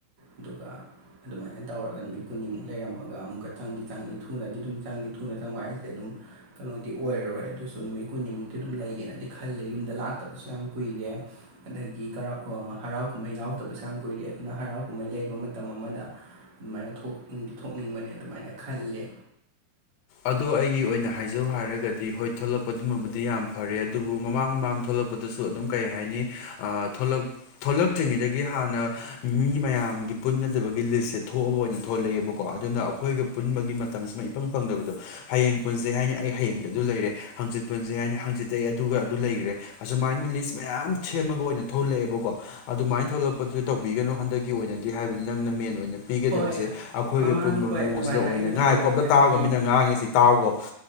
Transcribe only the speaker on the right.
ꯑꯗꯨꯒ ꯑꯗꯨꯃꯥꯏꯅ ꯇꯧꯔꯒ ꯅꯨꯃꯤꯠ ꯀꯨꯟꯅꯤꯃꯨꯛ ꯂꯩꯔꯝꯃꯒ ꯑꯃꯨꯛꯀ ꯆꯪꯗꯤ ꯆꯪꯅꯤ ꯊꯨꯅꯗꯤ ꯑꯗꯨꯝ ꯆꯪꯅꯤ ꯊꯨꯅ ꯆꯪꯕ ꯍꯥꯏꯁꯦ ꯑꯗꯨꯝ ꯀꯩꯅꯣꯗꯤ ꯑꯣꯏꯔꯔꯣꯏ ꯑꯗꯨꯁꯨ ꯅꯨꯃꯤꯠ ꯀꯨꯟꯅꯤꯃꯨꯛꯇꯤ ꯑꯗꯨꯝ ꯂꯩꯒꯦꯅꯗꯤ ꯈꯜꯂꯦ ꯌꯨꯝꯗ ꯂꯥꯛꯇꯕꯁꯨ ꯌꯥꯝ ꯀꯨꯏꯔꯦ ꯑꯗꯒꯤ ꯀꯔꯥꯎ ꯑꯥ ꯍꯔꯥꯎ ꯀꯨꯝꯍꯩ ꯌꯥꯎꯗꯕꯁꯨ ꯌꯥꯝ ꯀꯨꯏꯔꯦ ꯑꯗꯨꯅ ꯍꯔꯥꯎ ꯀꯨꯝꯍꯩ ꯂꯩꯕ ꯃꯇꯝ ꯑꯃꯥꯗ ꯑꯗꯨꯃꯥꯏꯅ ꯊꯣꯛꯇꯤ ꯊꯣꯛꯅꯤꯡꯕꯅꯦ ꯑꯗꯨꯃꯥꯏꯅ ꯈꯜꯂꯦ
ꯍꯣꯏ
ꯃꯃꯥꯡ
ꯍꯣꯏ
ꯑꯗꯨꯃꯥꯏꯅ
ꯑꯩꯅ ꯊꯣꯛꯂꯛꯄꯁꯦ
ꯍꯥꯏꯗꯤ